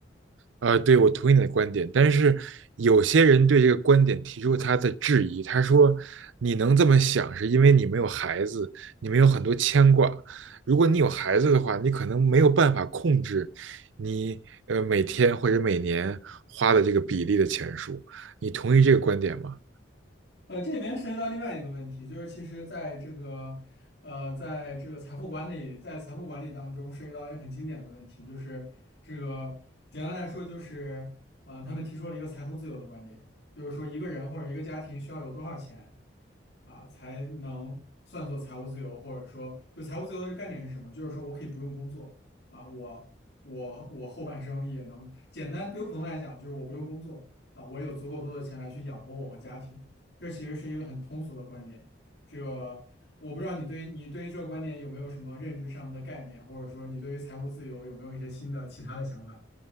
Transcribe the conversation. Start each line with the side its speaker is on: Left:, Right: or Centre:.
Right: 呃，对，我同意你的观点，但是有些人对这个观点提出他的质疑。他说：“你能这么想，是因为你没有孩子，你没有很多牵挂。如果你有孩子的话，你可能没有办法控制你呃每天或者每年花的这个比例的钱数。”你同意这个观点吗？
Left: 呃，这边涉及到另外一个问题，就是其实在这个呃在这个财富管理在财富管理当中涉及到一个很经典的问题，就是这个简单来说就是呃他们提出了一个财富自由的观点，就是说一个人或者一个家庭需要有多少钱。啊，才能算作财务自由，或者说，就财务自由的概念是什么？就是说我可以不用工作啊，我我我后半生也能简单，对于普通来讲，就是我不用工作啊，我有足够多的钱来去养活我和家庭。这其实是一个很通俗的观点，这个我不知道你对你对于这个观点有没有什么认知上的概念，或者说你对于财务自由有没有一些新的其他的想法？